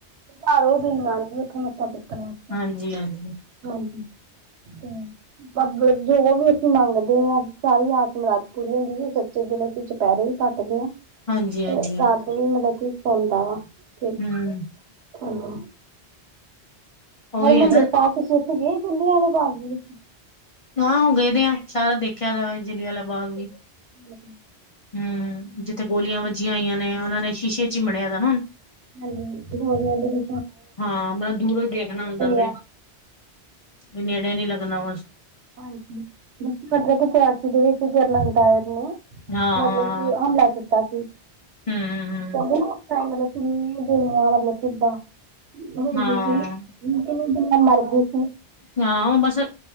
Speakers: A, on the right (about 80°); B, on the left (about 45°).
A: ਹਾਰ ਉਹ ਦਿਨ ਆਣਦੀ, ਉੱਥੇ ਮੱਥਾ ਟੇਕਣ ਉੇ
B: ਹਾਂਜੀ ਹਾਂਜੀ
A: ਹਾਂਜੀ ਤੇ ਜੋ ਵੀ ਅਸੀਂ ਮੰਗਦੇ ਆ, ਸਾਰੀ ਅ ਮੁਰਾਦ ਪੂਰੀ ਹੁੰਦੀ ਏ, ਸੱਚੇ ਦਿਲੋ ਅਸੀਂ ਚੁਪਹਿਰੇ ਵੀ ਕੱਟਦੇ ਆ।
B: ਹਾਂਜੀ
A: ਤੇ
B: ਹਾਂਜੀ
A: ਰਾਤ ਏ ਵੀ ਮਤਲਬ, ਕੋਈ ਸੁਣਦਾ ਵਾ ਫਿਰ,
B: ਹਮ
A: ਹਾਂਜੀ।
B: ਉਹੀ
A: ਹਰਮੰਦਰ
B: ਹੈ ਨਾ
A: ਸਾਬ ਤੁਸੀਂ ਉੱਥੇ ਗਏ, ਜਲਿਆਂ ਆਲੇ ਬਾਗ ਦੇ ਵਿੱਚ?
B: ਨਾ, ਹੋ ਗਏ ਦੇ ਆ, ਸਾਰਾ ਦੇਖਿਆ ਦਾ ਜਿਲਿਆ ਆਲਾ ਬਾਗ ਵੀ।
A: ਹਮ।
B: ਹੂੰ, ਜਿੱਥੇ ਗੋਲੀਆਂ ਵੱਜੀਆਂ ਹੋਈਆਂ ਨੇ, ਉਹਨਾਂ ਨੇ ਸ਼ੀਸ਼ੇ 'ਚ ਈ ਮੜਿਆ ਦਾ ਹੁਣ।
A: ਹਾਂਜੀ, ਹੋਰ ਨੇੜੇ ਨਈ
B: ਹਾਂ, ਮਲਬ ਦੂਰੋਂ ਈ ਦੇਖਣਾ ਹੁੰਦਾ ਵੇ,
A: ਆ
B: ਵੀ ਨੇੜੇ ਨੀ ਲੱਗਣਾ ਬਸ।
A: ਹਾਂਜੀ, ਜਦੋਂ ਮਤਲਬ ਕਿ ਚਰਾਸੀ ਦੇ ਵਿੱਚ ਜਰਨਲ ਡਾਇਰ ਨੇ
B: ਹਾਂ
A: ਮਤਲਬ
B: ਹਾਂ
A: ਕੀ, ਹਮਲਾ ਕੀਤਾ ਸੀ।
B: ਹਮ ਹਮ
A: ਕਹਿੰਦੇ ਨੇ ਅੱਛਾ, ਮਤਲਬ ਕਿੰਨੀ ਦੁਨੀਆਂ ਮਤਲਬ ਕਿਦਾਂ ਹੋਰ
B: ਹਾਂ
A: ਸੀਨ ਦੇਖੋ ਕੇ ਮੈਂ ਮਰ ਗੀ।
B: ਹਾਂ ਉਹ ਬਸ,